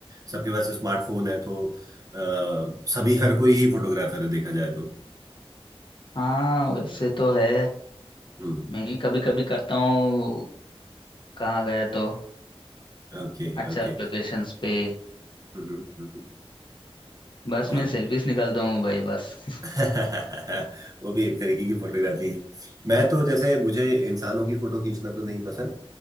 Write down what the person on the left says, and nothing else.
हाँ वैसे तो है
मैं भी कभी कभी करता हूँ कहाँ गया तो
अच्छा
लोकेशंस पे
बस
मैं सेल्फीज निकालता हूँ भाई बस <laughs>